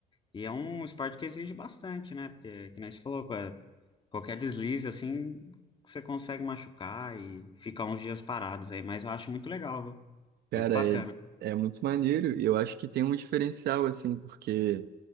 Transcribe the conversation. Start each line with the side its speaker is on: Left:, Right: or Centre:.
Left: E é um esporte que exige bastante, né? Porque, que nem você falou, Qualquer deslize, assim, você consegue machucar e ficar uns dias parados aí. Mas eu acho muito legal, viu?
Right: Cara,
Left: Muito bacana.
Right: é, é muito maneiro. e Eu acho que tem um diferencial, assim, porque